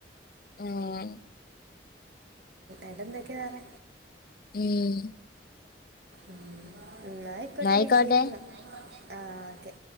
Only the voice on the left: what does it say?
ഉം
ഉം
ന്നായിക്കോട്ടെ